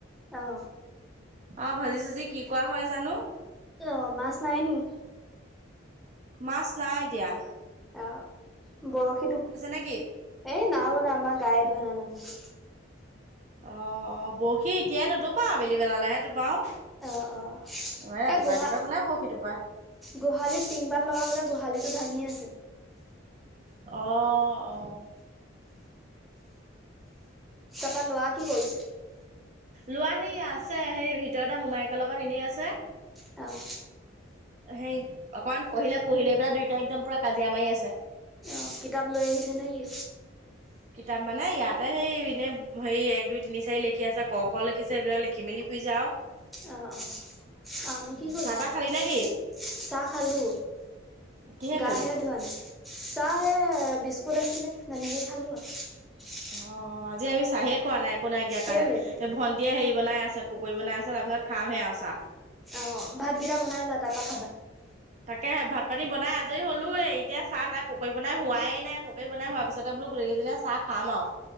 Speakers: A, in the centre; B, on the right.
A: অ'।
B: অ' ভাজি চাজি কি কোৱা হয় জানো।
A: অ' মাছ নাই নেকি?
B: মাছ নাই দিয়া।
A: অ' বৰশীতটো,
B: নেকি?
A: এ নাই মানে আমাৰ গায়ে ধোৱা নাই মানে <inaudible>
B: অ' বৰশি এতিয়াই নতোপা আবেলি বেলালৈ হে এইবাৰ
A: অ', অ',
B: ৰাতিপুৱা
A: এই গোহা
B: ৰাতিপুৱা কোনেই বৰশিটো
A: গোহালিত টিনপাত লগাবলে গোহালিতো ভাঙি আছে।
B: অ' অ'।
A: চফা লোৱা কি কৰিছে?
B: লোৱা হে আছে সেই ভিতৰতে মোমায়কৰ লগত এনেই আছে।
A: অ',
B: সেই অকমান পঢ়িলে, পঢ়িলে পেলাই দুইটাই একদম পুৰা কাজিয়া মাৰি আছে।
A: অ' কিতাপ লৈ আহিছে নে কি?
B: কিতাপ মানে ইয়াতে সেই এনে হেৰি এক দুই তিনি চাৰি লিখি আছে ক, খ, লিখিছে এইবিলাক লিখি মেলি <unintelligible>
A: অ', অ'
B: উম
A: কি কৰিবি
B: চাহ তাহ খালি
A: চাহ
B: নে কি
A: খালী?
B: কিহে
A: গা
B: খালি
A: হে ধোৱা নাই। চাহ হে বিস্কুট আছিলে তেনেকে খালোঁ আ।
B: অ', আজি আমি চাহে খোৱা নাই একো নাইকিয়া
A: কেলে?
B: কাৰণে এই ভণ্টিয়ে হেৰি বনাই আছে, পকৰি বনাই আছে তাৰ পিছত খামহে আৰু চাহ।
A: অ', ভাতকেইটা বনাই লোৱা তাৰ পৰা খাবা।
B: তাকে ভাত পানী বনাই আজৰি হ'লোয়ে, এতিয়া চাহ তাই পকৰী বনাই হোৱাই না, পকৰী বনাই হোৱাৰ পিছতে বোলো গোটেই কেইজনীয়ে চাহ খাম আৰু।